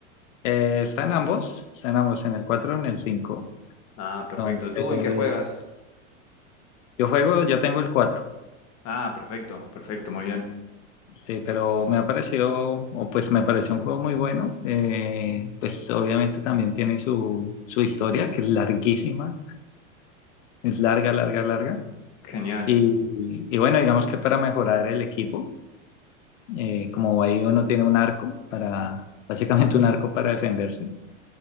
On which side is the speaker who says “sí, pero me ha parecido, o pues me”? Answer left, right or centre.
Left